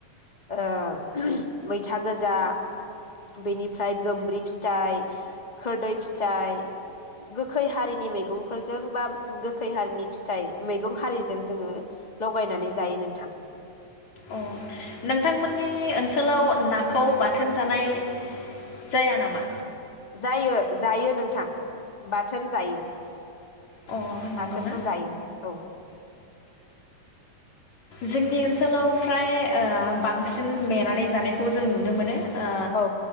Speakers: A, on the left; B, on the left.
A: ओ मैथा गोजा बेनिफ्राय गोमब्रि फिथाइ खोरदै फिथाइ गोखै हारिनि मैगंफोरजों बा गो खैहारिनि फिथाइ मैगं हारिजों जोङो लगायनानै जायो नोंथां।
B: अ नोंथांमोननि ओनसोलाव नाखौ बाथोन जानाय जाया नामा?
A: जायो जायो नोंथां बाथोन जायो।
B: अ नंगौना
A: बाथोनखौ जायो औ।
B: जोंनि ओनसोलाव फ्राय ओ बांसिन नेेनानै जानायखौ जों नुनो मोनो। ओ
A: औ